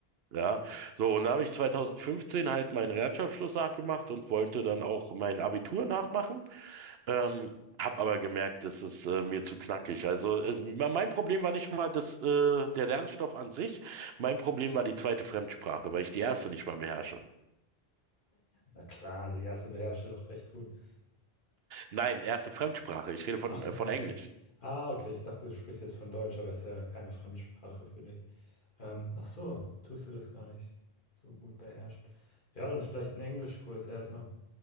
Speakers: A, on the right (about 75°); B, on the left (about 55°).
A: ja. So und da habe ich 2015 halt meinen Realschulabschluss nachgemacht und wollte dann auch mein Abitur nachmachen. Ähm, Hab aber gemerkt, das ist äh, mir zu knackig. Also es, mein Problem war nicht mal das, äh, der Lernstoff an sich. Mein Problem war die zweite Fremdsprache, weil ich die erste nicht mal beherrsche.
B: Na klar, die erste beherrsche doch recht gut.
A: Nein, erste Fremdsprache. Ich rede von,
B: Ach,
A: äh,
B: eine
A: von
B: erste.
A: Englisch.
B: Ah, okay, ich dachte, du sprichst jetzt von Deutsch, aber ist ja keine Fremdsprache für dich. Ähm, ach so, tust du das gar nicht so gut beherrschen. Ja, dann vielleicht einen Englischkurs erstmal